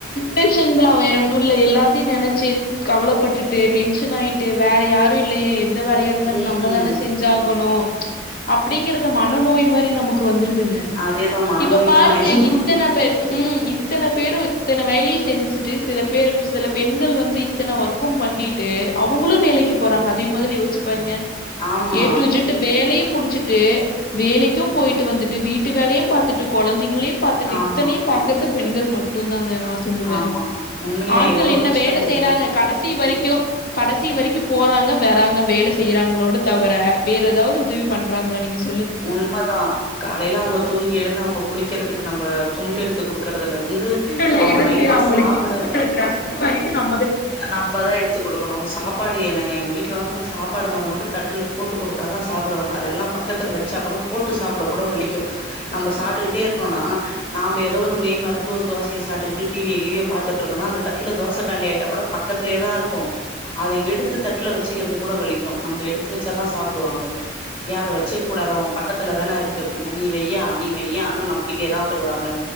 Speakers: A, on the left; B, on the left.
A: டென்ஷன் தா வேற ஒன்னுல்ல எல்லாத்தையு நெனச்சு கவலப்பட்டுட்டு டென்ஷன் ஆயிட்டு வேற யாரு இல்லயே எந்த வேலையாரு வந்தாலு
B: ம்
A: நம்ம தானே செஞ்சாகணு அப்டிங்கிறது மனநோய் மாரி நமக்கு வந்துருதுங்க
B: அதேதா மனநோய்தா
A: இப்ப பாருங்க
B: நெஜமா
A: இப் அப்ப ம் இத்தன பேரு இத்தன வயலயு செஞ்சுட்டு சில பேரு இப்ப சில பெண்கள் வந்து இத்தன ஒர்க்கு பண்ணிட்டு அவுங்களு வேலைக்கு போறாங்க அதையு மொதல் யோசுச்சு பாருங்க
B: ஆமா
A: ஏ டூ இஜட் ட்டு வேலையு முடிச்சுட்டு வேலைக்கு போயிட்டு வந்துட்டு வீட்டு வேலையு பாத்துட்டு கொழந்தைங்களையு பாத்துட்டு
B: ஆமா
A: இத்தனையு பாக்கற்து பெண்கள் மட்டுந்தாங்க நா சொல்லுவே
B: ஆமா உண்மையிலே
A: ஆண்கள்
B: எவ்ளோ
A: என்ன
B: கஷ்டந்
A: வேல
B: தெரியுமா
A: செய்றாங்க கடசி வரைக்கு கடசி வரைக்கு போறாங்க வராங்க வேல செய்றாங்ளோடு தவர வேற எதாவ்து உதவி பண்றாங்ளா நீங்க சொ
B: உண்மதா காலைல அவ்ங்க தூங்கி எழுந்து அவ்ங்க குளிக்கிறதுக்கு நம்ப துண்டெடுத்து குடுக்கறதுல இரு ந்து
A: இல்ல
B: அவ்ங்க நைட்டு
A: இவங்களுக்கு
B: சாப்ட
A: யூஸ் பண்ற ட்ரெஸ் வரைக்கு நம்
B: அ நம்பதா எடுத் த்து குடுக்கணு சாப்பாடு என எங்க வீட்லலா வந்து சாப்பாடு மொத கொண்டு தட்ல போட்டு குடுத்தா தா சாப்டுவாங்க அதெல்லாம் பக்கத்துல வச்சா கூட போட்டு சாப்ட கூட வலிக்கு நம்ப சாப்டுக்கிட்டே இருக்கோனா நாம்ப எதோ ஒரு மெய் மறந்து ஒரு தோசய சாப்ட்டுக்கிட்டு டி வி ய கீவிய பாத்துட்ருக்கோன அந்த தட்ல தோச காலியாய்ட்டா கூட பக்கத்லயே தா இருக்கு அத எடுத்து தட்ல வச்சுகிறது கூட வலிக்கு நம்ப எடுத்து வச்சாதா சாப்டுவாங்க ஏ அத வச்சில் கூடாது ஒ பக்கத்துல தான இருக்கு அப்டினா நீ வையா நீ வையானு நம்மகிட்டயே தா வருவாங்க